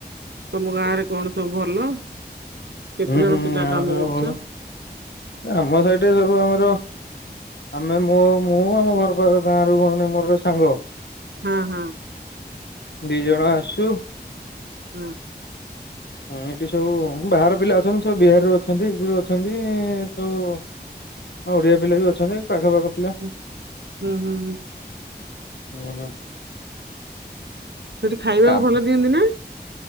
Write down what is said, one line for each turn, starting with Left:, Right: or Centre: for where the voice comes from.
Right: ତମ ଗାଁରେ କଣ ସବୁ ଭଲ କେତେ
Left: ହୁଁ ହୁଁ
Right: ଜଣ ପିଲା
Left: ଆଉ
Right: କାମ
Left: ସବୁ
Right: କରୁଛ?
Left: ଭଲ ଆମ ସାଇଡ୍ ରେ ସବୁ ଆମର ଆମେ ମୁଁ ମୁଁ ଆମ ଘର ପାଖରେ ଗାଁ ରୁ ଗୋଟେ ମୋର ଜଣେ ସାଙ୍ଗ।
Right: ହଁ ହଁ।
Left: ଦି ଜଣ ଆସୁଁ।
Right: ହଁ।
Left: ହୁଁ ଏଠିଁ ସବୁ ବାହାର ପିଲା ଅଛନ୍ତି ସବୁ ବିହାରରୁ ଅଛନ୍ତି ଯୋଉଁ ରୁ ଅଛନ୍ତି ସବୁ। ହଁ ଓଡ଼ିଆ ପିଲା ବି ଅଛନ୍ତି। ଆମ ପାଖପାଖ ପିଲା
Right: ହୁଁ ହୁଁ ହୁଁ
Left: ହଁ ହଁ।
Right: ସେଠି ଖାଇବାକୁ
Left: କାମ
Right: ଭଲ ଦିଅନ୍ତି ନାଁ?